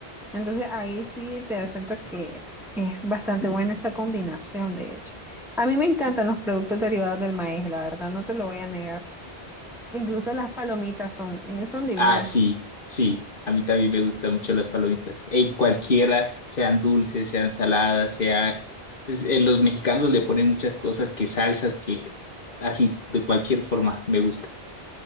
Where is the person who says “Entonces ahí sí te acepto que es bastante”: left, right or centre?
Centre